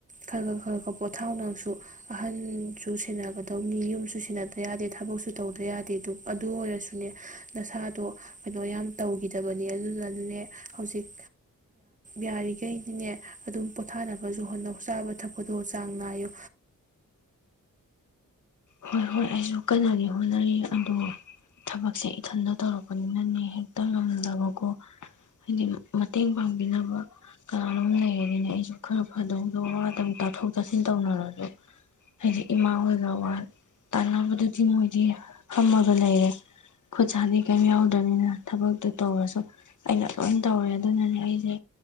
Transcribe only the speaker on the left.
ꯍꯣꯏ ꯍꯣꯏ ꯑꯩꯁꯨ ꯀꯟꯅꯗꯤ ꯍꯣꯠꯅꯔꯤ ꯑꯗꯨꯣ ꯊꯕꯛꯁꯦ ꯏꯊꯟꯇ ꯇꯧꯔꯛꯄꯅꯤꯅꯅꯦ ꯍꯦꯛꯇ ꯉꯝꯗꯕꯀꯣ ꯍꯥꯏꯗꯤ ꯃꯇꯦꯡ ꯄꯥꯡꯕꯤꯅꯕ ꯀꯅꯥꯅꯣꯝ ꯂꯩꯔꯗꯤꯅꯦ ꯑꯩꯁꯨ ꯈꯔ ꯐꯗꯧꯗꯣ ꯋꯥꯗꯪ ꯇꯥꯊꯣꯛ ꯇꯥꯁꯤꯟ ꯇꯧꯅꯔꯁꯨ ꯍꯥꯏꯗꯤ ꯏꯃꯥ ꯍꯣꯏꯒ ꯋꯥ ꯇꯥꯟꯅꯕꯗꯨꯗꯤ ꯃꯣꯏꯗꯤ ꯐꯝꯃꯒ ꯂꯩꯔꯦ ꯈꯨꯠ ꯁꯥꯗꯤ ꯀꯩꯝ ꯌꯥꯎꯗ꯭ꯔꯕꯅꯤꯅ ꯊꯕꯛꯇꯣ ꯇꯧꯔꯁꯨ ꯑꯩꯅ ꯂꯣꯏ ꯇꯧꯔꯦ ꯑꯗꯨꯅꯅꯦ ꯑꯩꯁꯦ